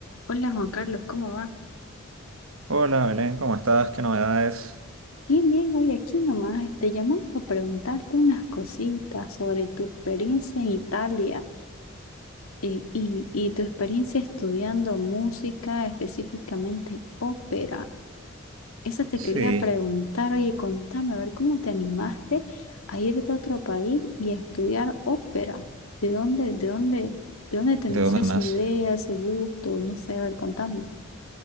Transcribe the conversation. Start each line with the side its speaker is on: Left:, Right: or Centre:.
Left: Hola Juan Carlos, ¿cómo va?
Right: Hola Belén, ¿cómo estás? ¿Qué novedades?
Left: Bien, bien, hoy aquí nomás te llamamos para preguntarte unas cositas sobre tu experiencia en Italia eh, y, y tu experiencia estudiando música, específicamente ópera. Eso te
Right: Sí,
Left: quería preguntar, oye, contame, a ver, ¿cómo te animaste a irte a otro país y a estudiar ópera? ¿De dónde, de dónde, de dónde te
Right: ¿de
Left: nació
Right: dónde
Left: esa
Right: andas?
Left: idea, ese gusto? No sé, a ver, contame.